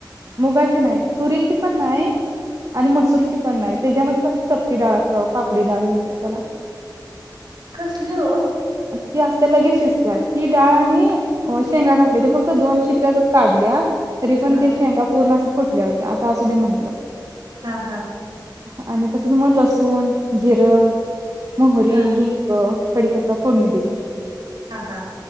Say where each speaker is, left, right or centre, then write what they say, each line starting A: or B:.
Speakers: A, on the right (about 45°); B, on the right (about 65°).
A: मुगाचे नाहीत तुरीची पण नाही आणि मसूरची पण नाही त्याच्यामध्ये कस चपटी डाळ असते पापडी डाळ म्हणते त्याला
B: कसली हो?
A: ती असते लगेच शिजत्या ती डाळ आणि शेंगा घातल्या ते फक्त दोन शिट्ट्या ज काढल्या तरी पण
B: हा
A: ते शेंगा पूर्ण अस फुटल्या होते आता असू दे म्हटलं.
B: हा हा.
A: आणि तसंच मग लसूण जिरं मोहरी
B: हा
A: हिंगं मो कडीपत फोडणी दिलीये.
B: हा हा